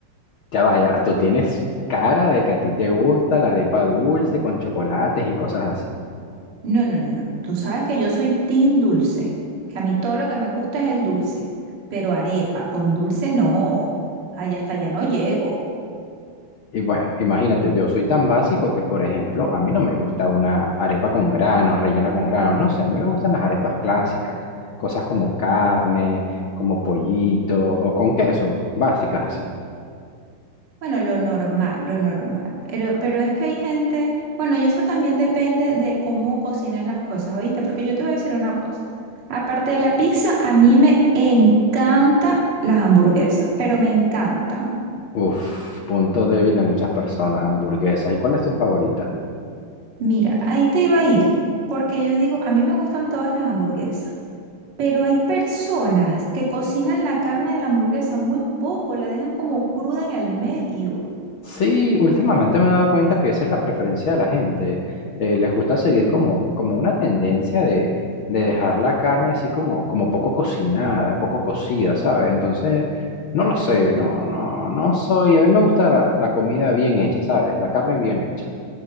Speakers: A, on the left (about 85°); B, on the right (about 35°).
A: Ya vaya, tú tienes cara de que a ti te gusta la arepa dulce con chocolates y cosas así.
B: No, no, no, no. Tú sabes que yo soy team dulce, que a mí todo lo que me gusta es el dulce, pero arepa con dulce no. Ay, hasta allá no llego.
A: Y bueno, imagínate, yo soy tan básico que, por ejemplo, a mí no me gusta una arepa con granos, rellena con granos, no sé, a mí me gustan las arepas clásicas, cosas como carne, como pollito o con queso, básicas así.
B: Bueno, lo normal, lo normal. Pero, pero es que hay gente, bueno, y eso también depende de cómo cocinen las cosas, ¿oíste? Porque yo te voy a decir una cosa. Aparte de la pizza, a mí me encantan las hamburguesas, pero me encantan.
A: Uf, punto débil de muchas personas, hamburguesas. ¿Y cuál es tu favorita?
B: Mira, ahí te iba a ir, porque yo digo, a mí me gustan todas las hamburguesas. Pero hay personas que cocinan la carne de la hamburguesa muy poco, la dejan como cruda en el medio.
A: Sí, últimamente me he dado cuenta que esa es la preferencia de la gente. Eh, les gusta seguir como, como una tendencia de, de dejar la carne así como, como poco cocinada, poco cocida, ¿sabes? Entonces, no lo sé, no, no, no soy. A mí me gusta la, la comida bien hecha, ¿sabes? La carne bien hecha.